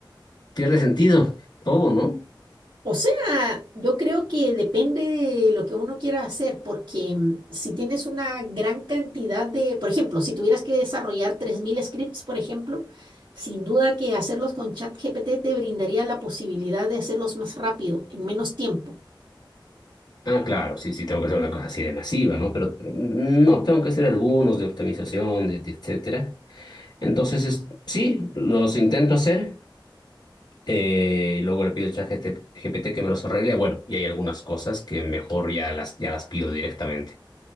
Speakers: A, on the left; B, on the right.
A: pierde sentido todo, ¿no?
B: O sea, yo creo que depende de lo que uno quiera hacer, porque mm, si tienes una gran cantidad de, por ejemplo, si tuvieras que desarrollar 3.000 scripts, por ejemplo, sin duda que hacerlos con ChatGPT te brindaría la posibilidad de hacerlos más rápido, en menos tiempo.
A: Ah, claro, sí, sí, tengo que hacer una cosa así de masiva, ¿no? Pero mm, no, tengo que hacer algunos de optimización, de, de etcétera. Entonces, es- sí, los intento hacer eh, y luego le pido al chat GPT que me los arregle. Bueno, y hay algunas cosas que mejor ya las, ya las pido directamente,